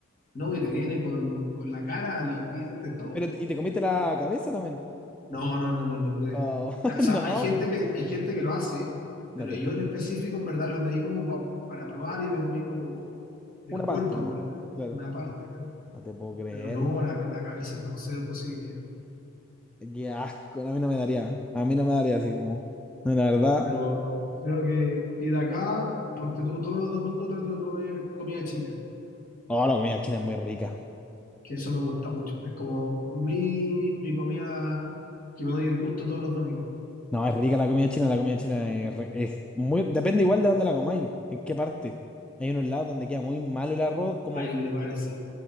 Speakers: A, on the left; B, in the centre.
A: No, y te viene con, con la cara, los dientes,
B: <laughs>
A: todo.
B: Pero, ¿y te comiste la cabeza también?
A: No, no, no, no, no pude.
B: Oh,
A: O
B: <laughs>
A: sea,
B: no,
A: hay gente que, hay gente que lo hace, pero
B: no te
A: yo
B: puedo.
A: en específico, en verdad, lo pedí como pa- para probar y me comí como el
B: Una
A: cuerpo,
B: parte nomás.
A: en verdad,
B: Claro.
A: una parte, claro.
B: No te puedo creer.
A: Pero no
B: Y,
A: la, la cabeza, no, cero posibilidad.
B: qué asco. No, A mí no me daría. ¿eh? A mí no me daría así como. no, La verdad.
A: Pero creo que, y de acá, porque tú todos los domingos trato de comer comida china.
B: No, la comida china es muy rica.
A: que eso me gusta mucho. Es como mi, mi comida que me doy el gusto todos los domingos.
B: No, es rica la comida china. La comida china es, re- es muy. Depende igual de dónde la comáis. En qué parte. Hay unos lados donde queda muy malo el arroz. Como
A: Hay lugares, sí.